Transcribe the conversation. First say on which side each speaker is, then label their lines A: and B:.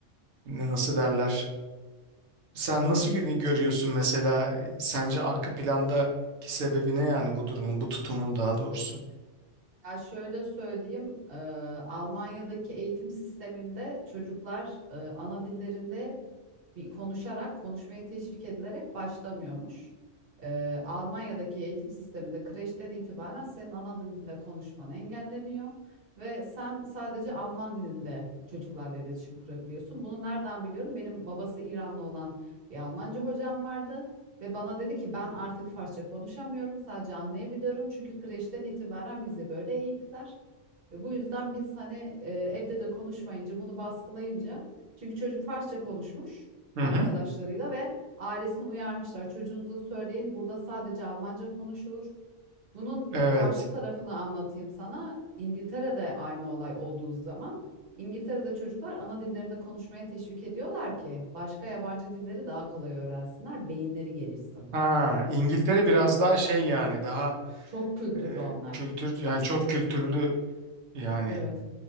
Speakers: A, on the right; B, on the right.
A: ne- nasıl derler? Sen nasıl gö- görüyorsun mesela e, sence arka plandaki sebebi ne yani bu durumun, bu tutumun daha doğrusu?
B: Ya şöyle söyleyeyim, e, Almanya'daki eğitim sisteminde çocuklar e, ana dillerinde bir konuşarak, konuşmaya teşvik edilerek başlamıyormuş. Ee, Almanya'daki eğitim sisteminde kreşten itibaren senin ana dilinde konuşman engelleniyor ve sen sadece Alman dilinde çocuklarla iletişim kurabiliyorsun. Bunu nereden biliyorum? Benim babası İranlı olan bir Almanca hocam vardı ve bana dedi ki ben artık Farsça konuşamıyorum, sadece anlayabiliyorum. Çünkü kreşten itibaren bizi böyle eğittiler. Ve bu yüzden biz hani e, evde de konuşmayınca, bunu baskılayınca çünkü çocuk Farsça konuşmuş
A: Hı
B: arkadaşlarıyla
A: hı.
B: ve ailesini uyarmışlar. Çocuğunuza söyleyin burada sadece Almanca konuşulur. Bunun
A: Evet.
B: karşı tarafını anlatayım sana. İngiltere'de aynı olay olduğu zaman İngiltere'de çocuklar ana dillerinde konuşmaya teşvik ediyorlar ki başka yabancı dilleri daha kolay öğrensinler, beyinleri gelişsin.
A: Ha, İngiltere biraz daha şey yani daha
B: Çok kültürlü
A: e,
B: onlar.
A: kültür yani çok kültürlü yani
B: Evet.